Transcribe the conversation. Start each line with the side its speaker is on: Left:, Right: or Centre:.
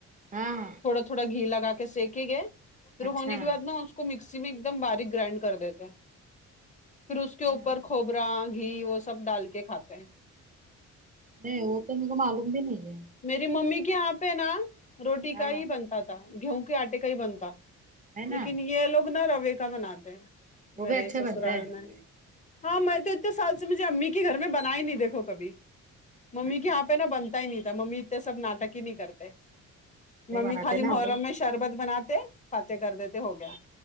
Right: ہاں
Left: تھوڑا تھوڑا گھی لگا کے سیکے گے پھر
Right: اچھا
Left: ہونے کے بعد نہ کو مکسی میں ایک دم باریک گرائنڈ کر دیتے پھر اس
Right: اچھا
Left: کے اوپر کھوبرا گھی وہ سب ڈال کے کھاتے ہیں
Right: نہیں وہ تو میں کو معلوم بھی نہیں ہے
Left: میری ممی کے یہاں پہ نا روٹی
Right: ہاں
Left: کا ہی بنتا تھا گیہوں کے آٹے کا ہی بنتا
Right: ہے نا
Left: لیکن یہ لوگ نا روے کا بناتے ہیں
Right: وہ
Left: میرے
Right: بھی اچھا
Left: سسرال
Right: بنتا ہے
Left: میں ہاں میں تو اتنے سال سے مجھے امی کے گھر میں بنا ہی نہیں دیکھو کبھی ممی
Right: اچھا
Left: کے یہاں
Right: نہیں
Left: پہ نا بنتا ہی نہیں تھا ممی اتے سب ناٹک ہی نہیں کرتے ممی
Right: بناتے
Left: خالی
Right: نا
Left: محرم
Right: وہ لوگ
Left: میں شربت بناتے فاتح کر دیتے ہو گیا